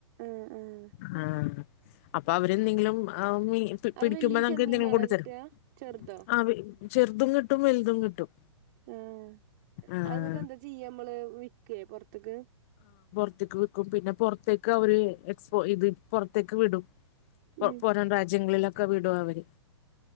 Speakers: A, on the right; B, on the left.
A: ആഹ് ആഹ്
B: ആ അപ്പൊ അവ എന്നെ ങ്കിലും
A: അത്
B: പിടിക്കുമ്പോ
A: വല്യ
B: നമുക്ക്
A: ചെമ്മീനാണോ
B: എന്തെങ്കിലും കൊണ്ടു
A: കിട്ടാ
B: തരും
A: ചെറുതോ
B: ആ പിടി ചെറുതും കിട്ടും വലുതും കിട്ടും
A: ആ
B: ആഹ്
A: അത് ന്നട്ട് എന്താ ചെയ്യ നമ്മള് വിക്കയേ പൊറത്തേക്ക്
B: പുറത്തേക്ക് വിക്കും പിന്നെ പുറത്തേക്ക് അവര് എക്സ്പോ ഇത് പുറത്തേക്ക് വിടും
A: ഉം
B: പുറം രാജ്യങ്ങളിലൊക്കെ വിടും അവര്